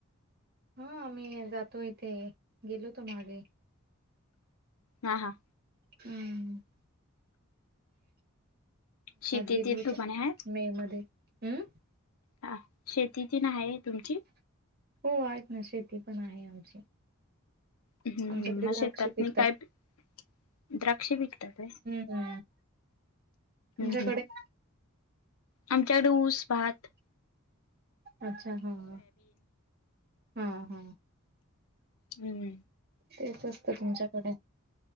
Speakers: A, on the right; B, on the left.
A: हां आम्ही जातो इथे गेलोतो मागे.
B: हा हा
A: हु म्म हु
B: शेतीतील
A: गेल होत
B: तुम्हाने आहे.
A: मध्ये हम् <inaudible>
B: हा, शेती तेन आहे तुमची
A: हो आहे न शेती पण आहे आमची.
B: हम्म
A: आमच्याकडे
B: हम्
A: द्राक्ष
B: शेतात
A: पिकतात
B: म काय द्राक्ष पिकतात आहे?
A: हा तुमच्याकडे
B: हम्म आमच्याकडे ऊस भात
A: अच्छा! ह हां हा हा
B: हुम्म
A: तेच असतं तुमच्याकडे